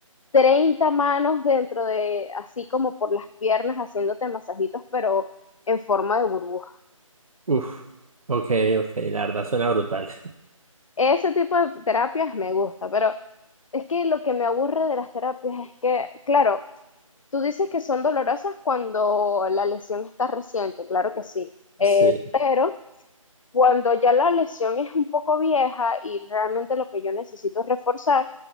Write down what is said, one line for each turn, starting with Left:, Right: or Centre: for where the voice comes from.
Left: 30 manos dentro de, así como por las piernas, haciéndote masajitos, pero en forma de burbuja.
Right: Uf, ok, ok, la verdad suena brutal. <laughs>
Left: Ese tipo de terapias me gusta, pero es que lo que me aburre de las terapias es que, claro, tú dices que son dolorosas cuando la lesión está reciente, claro que sí, eh,
Right: Sí,
Left: pero cuando ya la lesión es un poco vieja y realmente lo que yo necesito es reforzar,